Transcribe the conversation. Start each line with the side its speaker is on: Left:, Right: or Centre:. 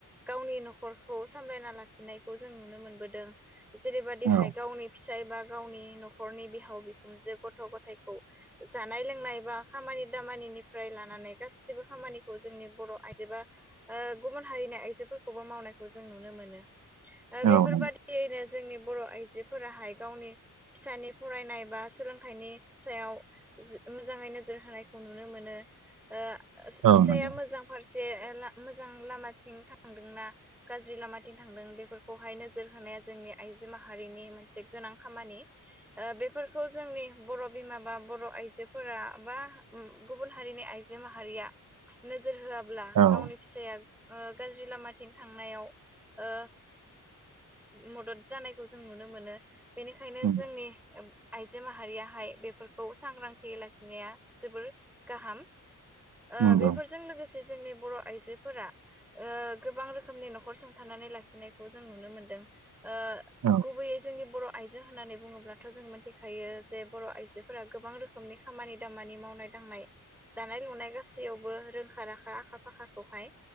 Centre: गावनि न'खरखौ सामलायना लाखिनायखौ जों नुनो मोनबोदों। जेरैबायदि
Right: औ
Centre: हाय फिसाइ बा गावनि न'खरनि बिहाव बिखुनजो गथ' गथायखौ जानाय लोंनाय बा खामानि खामानि दामानिनिफ्राय लानानै गासिबो खामानिखौ जोंनि बर' आइजो बा ओ गुबुन हारिनि आइजोफोरखौबो मावनायखौ जों नुनो मोनो। ओ बेफोरबादियैनो
Right: औ नंगौ
Centre: जोंनि बर' आइजो फोराहाय गावनि फिसानि फरायनाय बा सोलोंथाइनि जो सायाव मोजाङै नोजोर होनायखौ नुनो मोनो। ओ
Right: औ
Centre: फिसाया
Right: नंगौ
Centre: मोजां फारसे जे ला मोजां लामाथिं थांदोंना गाज्रि लामाथिं थांदों बेफोरखौहाय नोजोर होनो जोंनि आइजो माहारिनि मोनसे गोनां खामानि ओ बेफोरखौ जोंनि बर' बिमा बा बर' आइजोफोरा बा गुबुन हारिनि आइजो आइजो माहारिया नोजोर होआब्ला
Right: औ
Centre: गावनि फिसाया ओ गाज्रि लामाथिं थांनायाव ओ मदद जानायखौ जों नुनो मोनो बेनिखायनो
Right: नंगौ
Centre: जोंनि आइजो माहारियाहाय बेफोरखौ सांग्रांथि लाखिनाया जोबोर गाहाम । ओ
Right: नंगौ
Centre: बेफोरजों लोगोसे जोंनि बर' आइजोफोरा ओ गोबां रोखोमनि न'खर संथानानै लाखिनायखौ जों नुनो मोनदों। ओ
Right: औ
Centre: गुबैयै जोंनि बर' आइजो होननानै बुङोब्लाथ' जों मोन्थिखायो जे बर' आइजोफोरा गोबां रोखोमनि खामानि दामानि मावनाय दांनाय दानाय लुनाय गासैयावबो रोखा राखा आखा फाखा खौहाय